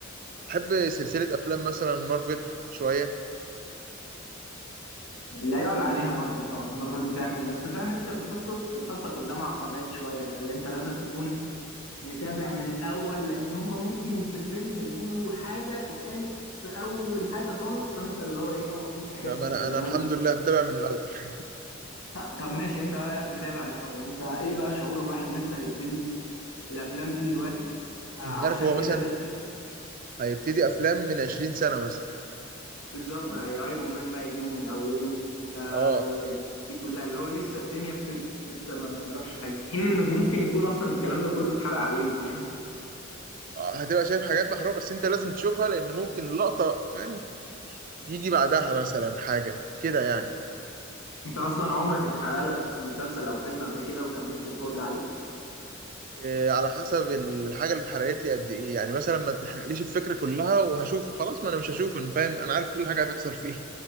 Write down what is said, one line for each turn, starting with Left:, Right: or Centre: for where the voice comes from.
Right: بحب سلسلة افلام مثلا مارفل شوية
Left: لا يعلى عليها مارفل طبعا مارفل بتعمل بس فاهم انت بتحطه بتحطك قدام عقبات شويه فاللي انت لازم تكون متابع من الأول لأن هم ممكن في الفيلم يقولوا حاجة اتقالت في أول حاجة خالص فأنت اللي هو إيه بقى المفروض تحس
Right: لا ما انا
Left: بالجمال
Right: انا الحمد
Left: وده
Right: لله متابع من الاول <laughs>
Left: لا، طب ماشي أنت بقى متابع من الأول أنت إيه بقى شعور الواحد لسه هيبتدي الأفلام دي دلوقتي آه عشان
Right: انت عارف هو
Left: كده
Right: مثلا
Left: لازم يبقى-
Right: هيبتدي افلام من 20 سنة مثلا
Left: بالظبط أي- ايرون مان بقى يجيبه من أوله آه
Right: اه
Left: ال- ال- دي كلها اللي هو لسه الدنيا بتبدأ لسه ما ما نعرفش حاجة في حين إنك ممكن يكون أصلا الكلام ده كله اتحرق عليه فاهم
Right: هتبقى شايف حاجات محروقة بس انت لازم تشوفها لان ممكن لقطة فاهم يجي بعدها مثلا حاجة كده يعني
Left: أنت أصلا عمرك اتحرق لك مسلسل أو فيلم قبل كده وكملت الفرجة عليه
Right: إيه، على حسب الحاجه اللي اتحرقت لي قد ايه يعني مثلا ما تحرقليش الفكره كلها وهشوفه خلاص ما انا مش هشوفه انا فاهم انا عارف كل حاجه هتحصل فيه